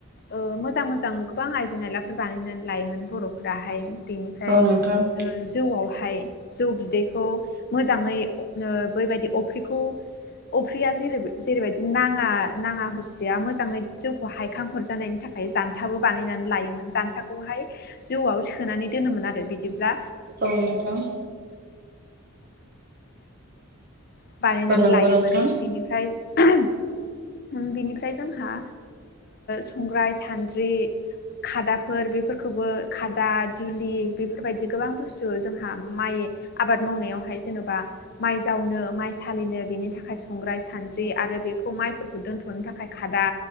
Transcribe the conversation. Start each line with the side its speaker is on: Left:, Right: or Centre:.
Left: ओ मोजां मोजां गोबां आइजें आइलाफोर बानायनानै लायोमोन बर'फोराहाय बेनिफ्राय ओ
Right: नोंथां
Left: जौआवहाय जौ बिदैखौ मोजाङै ओ बैबादि अफ्रिखौ अफ्रिया जेरै जेरैबादि ना आ नाङा हुसिया मोजाङै जौखौ हायखां हरजानायनि थाखाय जान्थाबो बानायनानै लायोमोन जानथाखौ खौहाय जौआव सोनानै दोनोमोन आरो बिदिब्ला
Right: औ नोंथां
Left: <inaudible> बानायनानै
Right: औ नंगौ
Left: लायोमोन
Right: नोंथां
Left: बेनिफ्राय ओम ओ बेनिफ्राय जोंहा संग्राय सानद्रि खादाफोर बेफोरखौबो खादा दुलि बेफोरबादि गोबां बुस्थु जोंहा माइ आबाद मावनायावहाय जेनोबा माइ जावनो माइ सालिनो बेनि थाखाय संग्राय सानद्रि आरो बेखौ माइ फोरखौ दोन्थ'नो थाखाय खादा